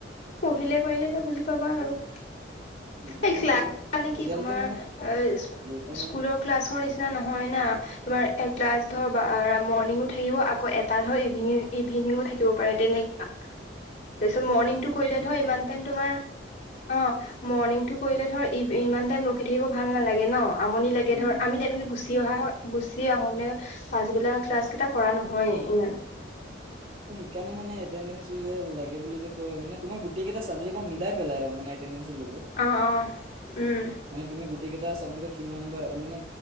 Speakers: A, on the left; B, on the right.
A: পঢ়িলে কৰিলে তেও বুজি পাবা আৰু।
B: বুজি
A: এই
B: পাম
A: ক্লাছ
B: বাৰু
A: নেকি
B: এতিয়ালৈকে
A: তোমাৰ
B: মানে
A: এই স্কু
B: লৈ পোৱা
A: স্কুল
B: নাই যে
A: ক্লাছৰ নিচিনা নহয় না। তোমাৰ এগ্লাছ ধৰ বা আ মৰ্ণিঙো থাকিব আকৌ এটা ধৰ ইভিনি ইভিনিঙো থাকিব পাৰে তেনেকা। তাৰপিছত মৰ্ণিংটো
B: পাগলৰ
A: কৰিলে
B: নিচিনা
A: ধৰ
B: কৰাই
A: ইমান
B: দেখোন
A: টাইম
B: উম
A: তোমাৰ অঁ মৰ্ণিংটো কৰিলে ধৰ ই ইমান টাইম ৰখি থাকিব ভাল নালাগে ন? আমনি লাগে ধৰ,
B: উম
A: আমি তেনেকে গুচি
B: উম উম
A: অহা হয়। গুচি আহো মানে পাছবেলা ক্লাছ কেটা কৰা নহয়ে ইমান।
B: অ সেইকাৰণে মান এটেনডেঞ্চটো যে লাগে বুলি যে কয় মানে তোমাৰ গোটেই কেইটা চাবজেক্ট মিলাই পেলাই মানে টেণ্ডেন্সটো ল'ব,
A: অ অ উম
B: মানে তুমি গোটেইগেটা চাবজেকটত কিমান বা মানে